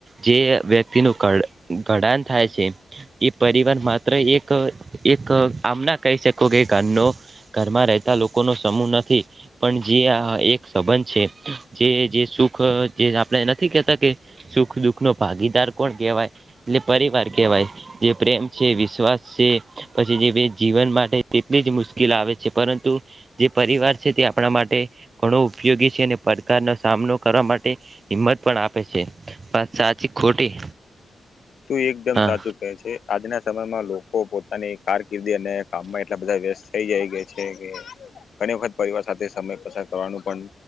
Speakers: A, on the right; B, on the left.
A: જે વ્યક્તિનું ક ઘડાણ થાય છે એ પરિવાર માત્ર એક એક આમના કહી શકે શ કે કનો ઘરમાં રહેતા લોકોનો સમૂહ નથી પણ જે આ એક સંબંધ છે જે જે સુખ જે આપણે નથી કેહેતા કે સુખ દુઃખ નો ભાગીદાર કોણ કેહેવાય એટલે પરિવાર કેહેવાય જે પ્રેમ છે વિશ્વાસ છે પછી જે જીવન માટે તેટલી જ મુશ્કેલ આવે છે છે પરંતુ જે પરિવાર છે તે આપણા માટે ઘણો ઉપયોગી છે અને પડકારનો સામનો કરવા માટે હિંમત પણ આપે છે સાચી ખોટી
B: તું એકદમ
A: હા
B: સાચું કહે છે આજના સમયમાં લોકો પોતાની કારકિર્દી અને કામમાં એટલા બધા વ્યસ્ત થઈ જાય ગયા છે કે ઘણી વખત પરિવાર સાથે સમય પસાર કરવાનું પણ